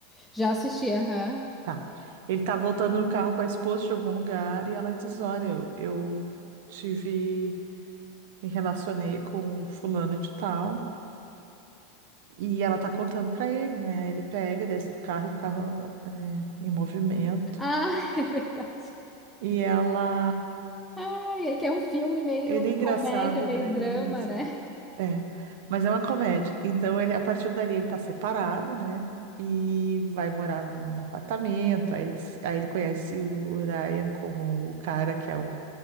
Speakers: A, in the centre; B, on the right (about 50°).
A: Já assisti, aham.
B: Tá. Ele tá voltando no carro com a esposa de algum lugar e ela diz: Olha, eu, eu tive. Me relacionei com o fulano de tal. E ela tá contando pra ele, né? Ele pega, desce do carro, o carro é, em movimento.
A: Ah, <laughs> é verdade.
B: E ela.
A: Ai, é que é um filme meio
B: Ele
A: comédia,
B: é engraçado,
A: meio
B: né? Ele
A: drama,
B: é muito engraçado.
A: né?
B: É, mas é uma comédia. Então ele, a partir dali, ele tá separado, né? E vai morar num apartamento. Aí ele, se- aí ele conhece o Ryan como o cara que é o